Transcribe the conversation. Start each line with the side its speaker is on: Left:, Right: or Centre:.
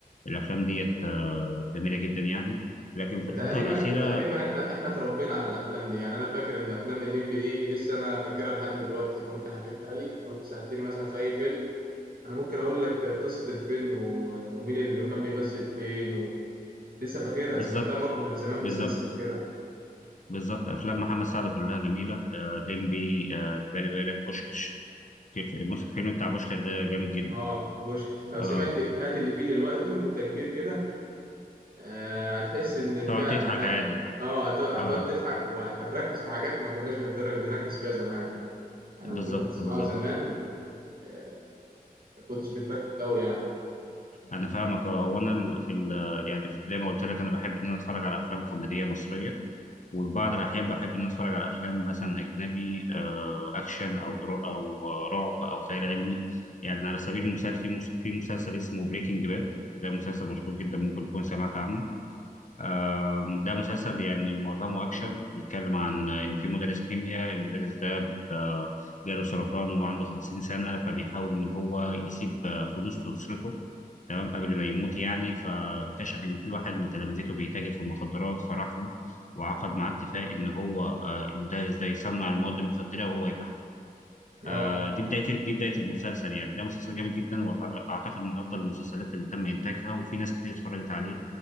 Left: الافلام ديت آه، جميله جدا يعني لكن في الفتره
Right: تقريبا
Left: الاخيره
Right: تقريبا احنا احنا اتربينا على الافلام دي يعني انا فاكر ان افلام الليمبي دي لسه انا فاكرها لحد دلوقتي لو انت حكيتها لي لو انت سالتني مثلا في اي فيلم انا ممكن اقول لك قصه الفيلم و- ومين اللي كان بيمثل فين و... لسه فاكرها
Left: بالظبط
Right: سمعتها برضه من زمان
Left: بالظبط
Right: بس لسه فاكرها
Left: بالظبط افلام محمد سعد كلها جميله آه، ليمبي آه، اللي بالي بالك بوشكش كيف- الفيلم بتاع بوشكش ده جامد جدا
Right: اه بوشكاش لو
Left: آه،
Right: سمعت الافيهات اللي فيه دلوقتي وانت كبير كده آه هتحس ان
Left: تقعد
Right: فعلا
Left: تضحك
Right: لا
Left: عادي
Right: اه هت- هتقعد
Left: اه
Right: تضحك وهتركز في حاجات ما كناش بنتر- بنركز فيها زمان انا
Left: بالظبط
Right: ما كنت بتسمعه
Left: بالظبط
Right: زمان آه ما كنتش بتركز قوي يعني
Left: انا فاهمك اه وانا ال- في ال- يعني زي ما قلت لك انا بحب ان انا اتفرج على افلام كوميديه مصريه وفي بعض الأحيان بحب إني أتفرج على أفلام مثلا أجنبي آه، أكشن أو درا أو آه، رعب أو خيال علمي يعني على سبيل المثال في مس- في مسلسل اسمه بريكنج باد ده مسلسل مشهور جدا ممكن تكون سمعت عنه آم، ده مسلسل يعني معظمه أكشن بيتكلم عن آه، إن في مدرس كيمياء المدرس ده آه، جاله سرطان وهو عنده 50 سنة فبيحاول إن هو يسيب آه، فلوس لأسرته تمام قبل ما يموت يعني فاكتشف ان في واحد من تلامذته بيتاجر في المخدرات فراح له وعقد معاه اتفاق ان هو آه، المدرس ده يصنع المواد المخدره وهو يبيعها
Right: اه
Left: آه، دي بدايه دي بدايه المسلسل يعني ده مسلسل جامد جدا واعتقد من افضل المسلسلات اللي تم انتاجها وفي ناس كتير اتفرجت عليه